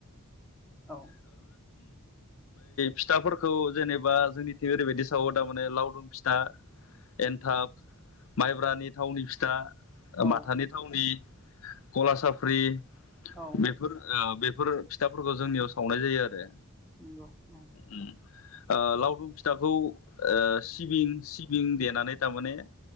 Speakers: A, in the centre; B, on the left.
A: औ
B: फिथाफोरखौ जेनेबा जोंनिथिं ओरैबायदि सावो थारमाने लावदुम फिथा एन्थाब माइब्रानि थावनि फिथा ओ
A: औ
B: माथानि थावनि कला साफ्रि
A: औ
B: बेफोर ओ बे फोर फिथाफोरखौ जोंनियाव सावनाय जायो आरो
A: नंगौ औ
B: उ ओ लावदुम फिथाखौ सिबिं सिबिं देनानै थारमाने